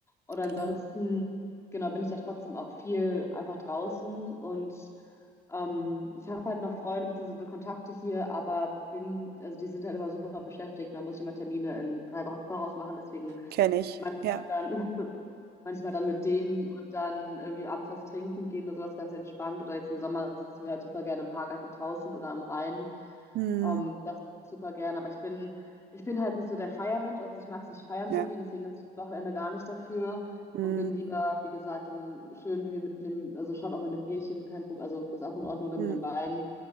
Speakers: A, on the left; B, on the right.
A: Oder
B: Klar.
A: ansonsten, genau, bin ich da trotzdem auch viel einfach draußen und ähm, ich habe halt noch Freunde bzw. Kontakte hier, aber bin, also die sind halt immer super beschäftigt. Da muss ich immer Termine in drei Wochen voraus machen, deswegen
B: Kenne ich.
A: manchmal
B: Ja.
A: dann, <laughs> manchmal dann mit denen und dann irgendwie abends was trinken gehen oder sowas ganz entspannt. Oder jetzt im Sommer sitzen wir halt super gerne im Park einfach draußen oder am Rhein.
B: Hm.
A: Ähm, das super gern, aber ich bin, ich bin halt nicht so der Feiermensch, also ich mag es nicht feiern
B: Ja.
A: zu gehen, deswegen nutze ich das Wochenende gar nicht dafür
B: Hm.
A: und bin lieber, wie gesagt, dann schön irgendwie mit einem, also schon auch mit einem Bierchen, kein Problem, also ist auch in Ordnung oder
B: Hm.
A: mit einem Wein,